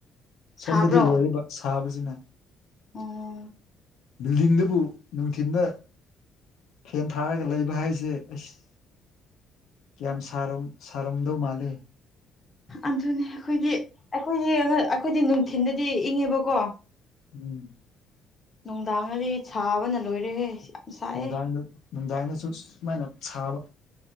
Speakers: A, on the left; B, on the left.
A: ꯁꯥꯕ꯭ꯔꯣ
B: ꯁꯣꯝꯗꯗꯤ ꯂꯣꯏꯔꯦꯕ ꯁꯥꯕꯖꯤꯅ
A: ꯎꯝ
B: ꯕꯤꯜꯗꯤꯡꯗꯨꯕꯨ ꯅꯨꯡꯊꯤꯟꯗ ꯐꯦꯟ ꯊꯥꯔꯒ ꯂꯩꯕ ꯍꯥꯏꯁꯦ ꯑꯁ ꯀꯌꯥꯝ ꯁꯥꯔꯝ ꯁꯥꯔꯝꯗꯧ ꯃꯥꯂꯦ
A: ꯑꯗꯨꯅꯦ ꯑꯩꯈꯣꯏꯗꯤ ꯑꯩꯈꯣꯏꯗꯤ ꯑꯩꯈꯣꯏꯗꯤ ꯅꯨꯡꯊꯤꯟꯗꯗꯤ ꯏꯪꯉꯦꯕꯀꯣ
B: ꯎꯝ
A: ꯅꯨꯡꯗꯥꯡꯗꯗꯤ ꯁꯥꯕꯅ ꯂꯣꯏꯔꯦꯍꯦ ꯁꯥꯏꯌꯦ
B: ꯅꯨꯡꯗꯥꯡꯗ ꯅꯨꯡꯗꯥꯡꯗꯁꯨ ꯁꯨꯃꯥꯏꯅ ꯁꯥꯕ